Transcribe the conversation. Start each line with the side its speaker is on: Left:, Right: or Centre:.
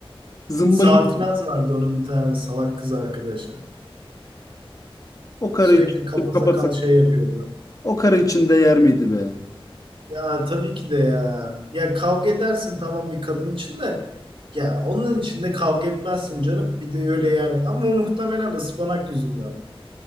Left: Zımba
Right: <laughs> Safinaz
Left: gibi.
Right: vardı onun bir tane salak kız arkadaşı.
Left: O karı
Right: Sürekli
Left: için
Right: kaba
Left: kapatsak.
Right: sakal şey yapıyordu.
Left: O karı için değer miydi be?
Right: Ya tabii ki de ya. Ya kavga edersin tamam bir kadın için de ya onun için de kavga etmezsin canım. Bir de öyle yani. Ama o muhtemelen ıspanak yüzünden.